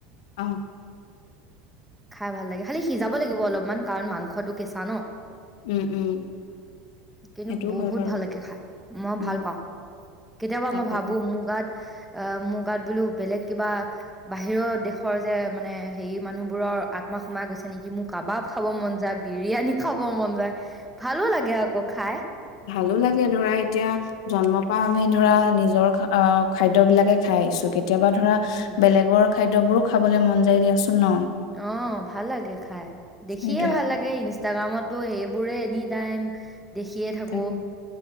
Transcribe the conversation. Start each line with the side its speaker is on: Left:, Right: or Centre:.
Left: আহ।
Centre: খাই ভাল লাগে খালি সিজাব লাগিব অলপমান, কাৰণ মাংসটো কেঁচা ন।
Left: উম, উম,
Centre: কিন্তু
Left: সেইটো
Centre: বহুত
Left: হয় বাৰু
Centre: ভাল লাগে খাই, মই
Left: উম,
Centre: ভাল পাওঁ। কেতিয়াবা
Left: তাকেতো
Centre: মই ভাবো মোৰ গাত অ' মোৰ গাত বোলো বেলেগ কিবা বাহিৰৰ দেশৰ যে মানে হেৰি মানুহ বোৰৰ আত্মা সোমাই গৈছে। মোৰ কাবাব খাব মন যায়, বিৰিয়ানী খাব মন যায়। ভালো লাগে আকৌ খাই
Left: ভালো লাগে ধৰা এতিয়া। জন্মৰ পৰা আমি ধৰা নিজৰ আহ খাদ্য বিলাকে খাই আহিছো কে। কেতিয়াবা ধৰা
Centre: উম
Left: বেলেগৰ খাদ্যবোৰো খাবলৈ মন যায় দিয়াচোন। ন
Centre: অ' ভাল লাগে খাই, দেখিয়ে
Left: সেইটোৱে
Centre: ভাল লাগে ইনষ্টাগ্ৰামত। তো সেইবোৰে এনি টাইম দেখিয়ে থাকো,
Left: তাকে